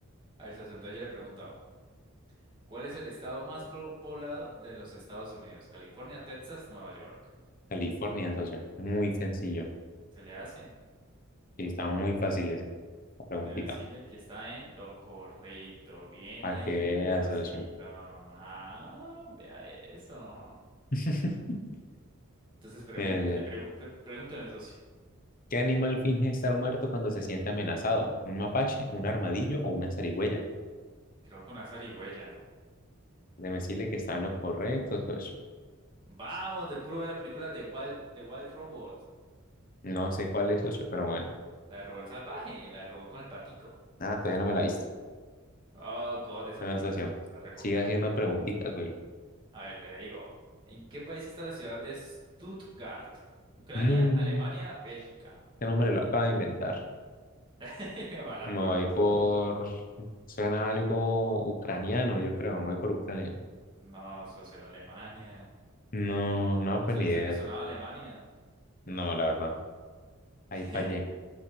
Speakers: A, on the right; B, on the left.
A: A ver, socio, entonces yo le pregunto, ¿cuál es el estado más po- poblado de los Estados Unidos? California, Texas, Nueva York.
B: California, socio. Es Muy sencillo.
A: ¿Se le hace?
B: Y está muy fácil esa la preguntita.
A: Debe decirle que está en lo correcto. Bien
B: Para
A: ahí,
B: que veas,
A: socito.
B: socio.
A: Ah, vea eso.
B: <laughs>
A: Entonces pregun-
B: Eh,
A: le pregun- le- pregúnteme, socio.
B: ¿Qué animal finge estar muerto cuando se siente amenazado? ¿Un mapache, un armadillo o una zarigüeya?
A: Creo con azar y huella.
B: Déjeme decirle que están los correctos, socio.
A: Vamos, de puro ver la película de Wild, de Wild Robot.
B: No sé cuál es, socio, pero bueno.
A: La del Robot Salvaje, la del robot con el patico.
B: Nada, todavía no me la he visto.
A: Oh, God, esa
B: Anastasia,
A: película se se la recomiendo.
B: sigue haciendo preguntitas, güey.
A: A ver, le digo. ¿En qué país está la ciudad de Stuttgart? Ucrania,
B: No,
A: Alemania, Bélgica.
B: este nombre lo acaba de inventar.
A: <laughs> Ojalá,
B: Me voy
A: pero no.
B: por...
A: so-
B: Suena algo ucraniano, yo creo. Me voy por Ucrania.
A: No, socio, era Alemania.
B: No, no,
A: No
B: pues
A: se
B: ni
A: le
B: idea.
A: hizo que sonaba Alemania.
B: No, la verdad. Ahí
A: <laughs>
B: fallé.